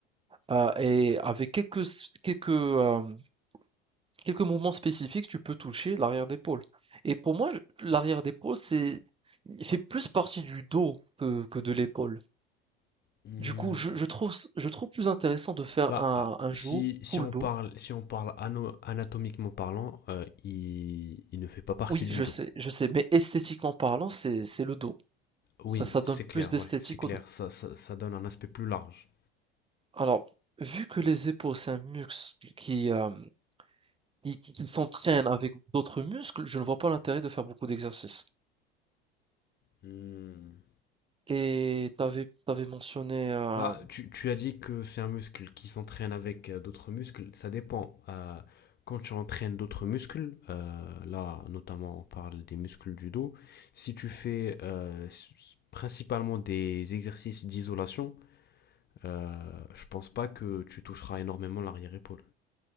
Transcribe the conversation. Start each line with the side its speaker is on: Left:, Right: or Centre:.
Right: heu et avec quelques s quelques, hem, quelques mouvements spécifiques, tu peux toucher l'arrière d'épaule et pour moi, l'arrière d'épaule, c'est il fait plus partie du dos que que de l'épaule.
Left: Hmm.
Right: Du coup, je je trouve ç je trouve plus intéressant de faire
Left: Bah,
Right: un
Left: ah,
Right: un jour
Left: si, si
Right: full
Left: on
Right: dos.
Left: parle, si on parle ano- anatomiquement parlant, euh, il, il ne fait pas partie
Right: Oui,
Left: du
Right: je
Left: dos.
Right: sais, je sais, mais esthétiquement parlant, c'est c'est le dos.
Left: Oui,
Right: Ça ça donne
Left: c'est clair,
Right: plus d'esthétique
Left: ouais, c'est clair.
Right: au dos.
Left: Ça, ça, ça donne un aspect plus large.
Right: Alors, vu que les épaules, c'est un muscle qui, hem qui qui qui s'entraînent avec d'autres muscles, je ne vois pas l'intérêt de faire beaucoup d'exercices.
Left: Hmm.
Right: Et t'avais t'avais mentionné euh,
Left: Bah, tu, tu as dit que c'est un muscle qui s'entraîne avec euh, d'autres muscles. Ça dépend. Euh, quand tu entraînes d'autres muscles, euh, là, notamment, on parle des muscles du dos. Si tu fais euh, s- principalement des exercices d'isolation, euh, je pense pas que tu toucheras énormément l'arrière-épaule.